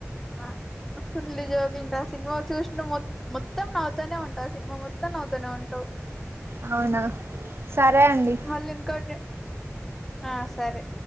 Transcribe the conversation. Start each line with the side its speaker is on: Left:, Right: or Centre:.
Centre: వాఆ ఫుల్లీ జోకులు ఉంటాయి ఆ సినిమా చూసిన మొత్త మొత్తం నవ్వుతనే ఉంటావు ఆ సినిమా మొత్తం నవ్వుతనే ఉంటావు
Right: అవునా సరే అండి
Centre: మళ్ళీ ఇంకోటి ఆ సరే